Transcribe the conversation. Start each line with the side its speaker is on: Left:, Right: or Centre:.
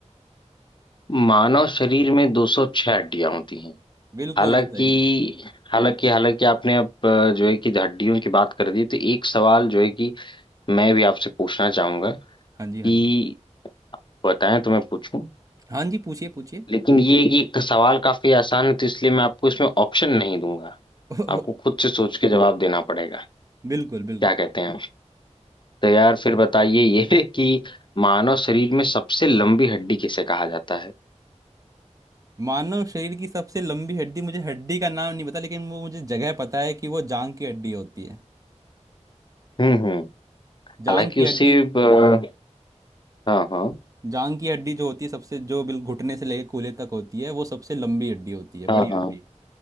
Left: मानव शरीर में 206 हड्डियां होती हैं
Right: बिल्कुल
Left: हालांकि
Right: सही है
Left: हालांकि हालांकि आपने अब अ, जो है कि हड्डियों की बात कर दी तो एक सवाल जो है कि मैं भी आपसे पूछना चाहूंगा
Right: हाँ
Left: कि
Right: जी हाँ जी
Left: बताएं तो मैं पूछूं
Right: हाँ जी पूछिए पूछिए
Left: लेकिन ये है कि एक सवाल काफी आसान है तो इसलिए मैं आपको इसमें ऑप्शन नहीं दूंगा
Right: <laughs>
Left: आपको खुद से सोच के जवाब देना पड़ेगा
Right: बिल्कुल बिल्कुल
Left: क्या कहते हैं आप? तो यार फिर बताइए ये <laughs> कि मानव शरीर में सबसे लंबी हड्डी किसे कहा जाता है
Right: मानव शरीर की सबसे लंबी हड्डी मुझे हड्डी का नाम नहीं पता लेकिन वो मुझे जगह पता है कि वो जांग की हड्डी होती है
Left: हम्म हम्म
Right: जांग
Left: हालांकि
Right: की
Left: उसे
Right: अच्छा हड्डी
Left: ब- हाँ हाँ
Right: जांग की हड्डी जो होती है सबसे जो बिल घुटने से लेकर कूल्हे तक होती है वो सबसे लंबी हड्डी होती है
Left: हाँ
Right: बड़ी
Left: हाँ
Right: हड्डी